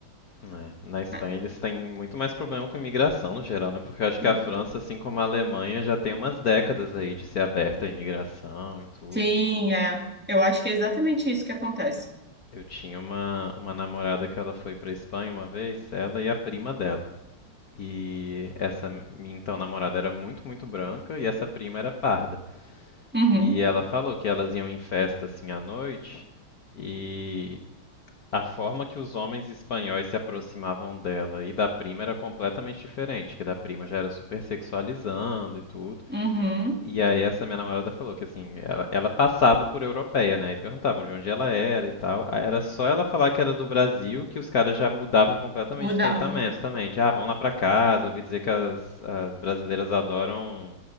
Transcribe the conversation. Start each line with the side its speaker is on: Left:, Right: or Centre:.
Left: É, Na Espanha
Centre: É,
Left: eles têm muito mais problema com imigração no geral, né? Porque eu acho
Centre: Sim,
Left: que a França, assim como a Alemanha, já tem umas décadas aí de ser aberta à imigração e tudo.
Centre: sim, é. Eu acho que é exatamente isso que acontece.
Left: Eu tinha uma, uma namorada que ela foi pra Espanha uma vez, ela e a prima dela. E essa minha então namorada era muito, muito branca e essa prima era parda.
Centre: Uhum,
Left: E ela falou que elas iam em festa assim à noite e A forma que os homens espanhóis se aproximavam dela e da prima era completamente diferente, que da prima já era super sexualizando e tudo.
Centre: uhum,
Left: E aí essa minha namorada falou que assim, ela, ela passava por europeia, né? E perguntavam de onde ela era e tal. Aí era só ela falar que era do Brasil que os caras já mudavam completamente
Centre: mudava.
Left: o tratamento também. Já, ah, vão lá pra casa, ouvi dizer que as, as brasileiras adoram,